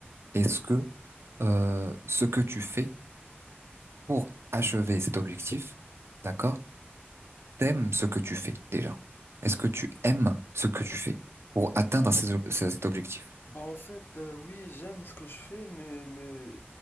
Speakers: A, on the right; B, on the left.
A: Est-ce que euh, ce que tu fais pour achever cet objectif, d'accord, t'aimes ce que tu fais déjà? Est-ce que tu aimes ce que tu fais pour atteindre ces ob- ces- cet objectif?
B: Bah en fait, euh, oui, j'aime ce que je fais, mais, mais,